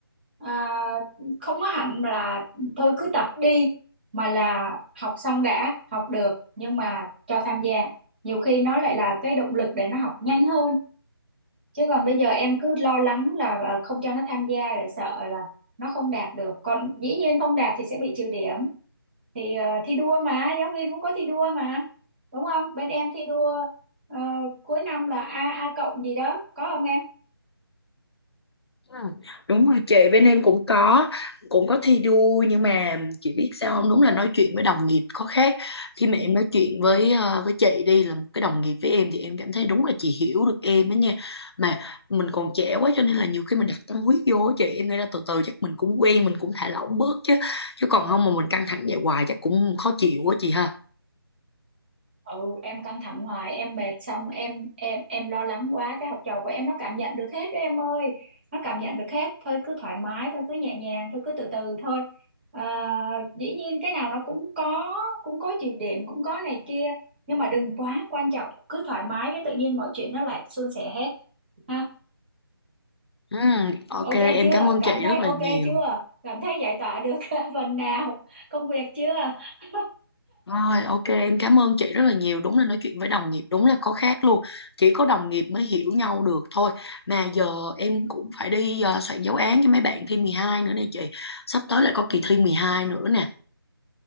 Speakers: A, on the right; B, on the left.
A: ờ, à, không có hẳn là thôi cứ tập đi mà là học xong đã học được nhưng mà cho tham gia nhiều khi nó lại là cái động lực để nó học nhanh hơn chứ còn bây giờ em cứ lo lắng là ờ, không cho nó tham gia để sợ là nó không đạt được còn dĩ nhiên không đạt thì sẽ bị trừ điểm thì ờ, thi đua mà giáo viên cũng có thi đua mà đúng không bên em thi đua ờ, cuối năm là a a cộng gì đó có không em
B: Ừ. Đúng rồi chị, bên em cũng có cũng có thi đua nhưng mà chị biết sao không? Đúng là nói chuyện với đồng nghiệp có khác. Khi mà em nói chuyện với ờ, với chị đi là một cái đồng nghiệp với em thì em cảm thấy đúng là chị hiểu được em đó nha. Mà mình còn trẻ quá cho nên là nhiều khi mình đặt tâm huyết vô á chị, em nghĩ là từ từ chắc mình cũng quen, mình cũng thả lỏng bớt chứ. Chứ còn không mà mình căng thẳng vậy hoài chắc cũng khó chịu quá chị ha.
A: ừ em căng thẳng hoài em mệt xong em em em lo lắng quá cái học trò của em nó cảm nhận được hết đó em ơi nó cảm nhận được hết thôi cứ thoải mái thôi cứ nhẹ nhàng thôi cứ từ từ thôi à, dĩ nhiên cái nào nó cũng có cũng có chịu điểm cũng có này kia nhưng mà đừng quá quan trọng cứ thoải mái cái tự nhiên mọi chuyện nó lại suôn sẻ hết ha
B: Ừ, ok
A: ok
B: em
A: chưa
B: cảm ơn
A: cảm
B: chị
A: thấy
B: rất
A: ok
B: là nhiều
A: chưa cảm thấy giải tỏa được <laughs> phần nào công việc chưa <laughs>
B: rồi ok em cảm ơn chị rất là nhiều đúng là nói chuyện với đồng nghiệp đúng là có khác luôn chỉ có đồng nghiệp mới hiểu nhau được thôi mà giờ em cũng phải đi ờ, soạn giáo án cho mấy bạn thi 12 nữa nè chị sắp tới lại có kỳ thi 12 nữa nè